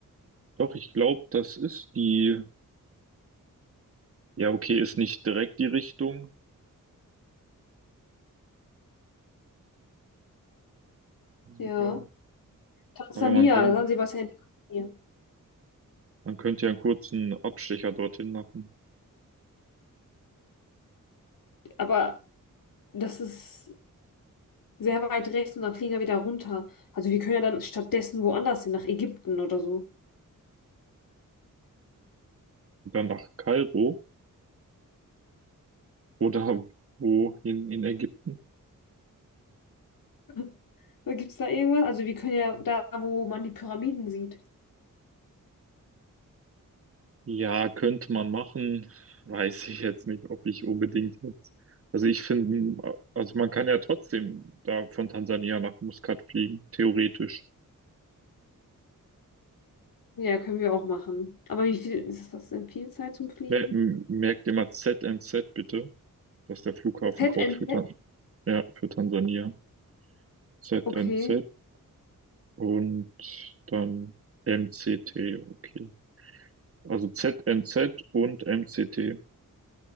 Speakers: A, on the right; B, on the left.
A: Doch, ich glaube, das ist die, ja, okay, ist nicht direkt die Richtung. Sansibar.
B: Ja. Tansania,
A: Aber man könnte,
B: Sansibar ist ja in Tansania.
A: man könnte ja einen kurzen Abstecher dorthin machen.
B: Aber das ist sehr weit rechts und dann fliegen wir wieder runter. Also wir können ja dann stattdessen woanders hin, nach Ägypten oder so.
A: Und Dann nach Kairo oder wohin in Ägypten.
B: <laughs> Gibt es da irgendwas? Also wir können ja da, wo man die Pyramiden sieht.
A: Ja, könnte man machen. Weiß ich jetzt nicht, ob ich unbedingt jetzt. Also ich finde, also man kann ja trotzdem da von Tansania nach Muscat fliegen, theoretisch.
B: Ja, können wir auch machen. Aber wie viel ist das denn viel Zeit zum Fliegen?
A: Mer- m- Merkt immer ZNZ bitte. Das ist der Flughafencode
B: ZNZ?
A: für Tan ja, für Tansania. ZNZ
B: Okay,
A: und dann MCT, okay. Also ZNZ und MCT.